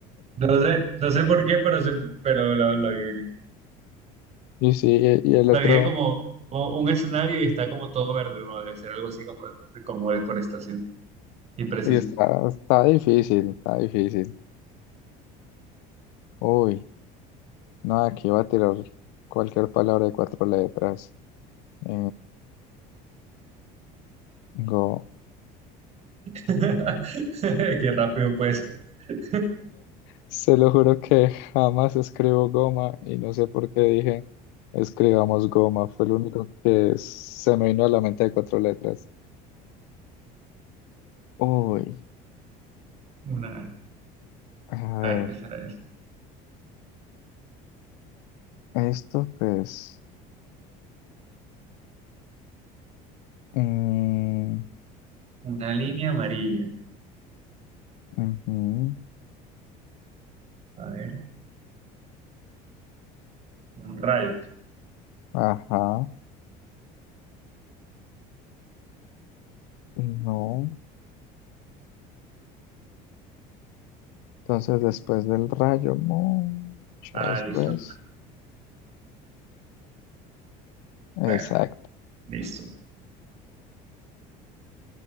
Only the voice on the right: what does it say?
No sé, no sé por qué, pero, se, pero lo, lo adiviné.
Lo
dije como como un escenario y está como todo verde, ¿no? Debe ser algo así como, de- como deforestación. Y preciso.
<laughs> Qué rápido, pues. <laughs>
Una.
A
ver, ¿qué será eso?
Una línea amarilla.
A ver, un rayo.
Ah,
listo. Bueno,
listo.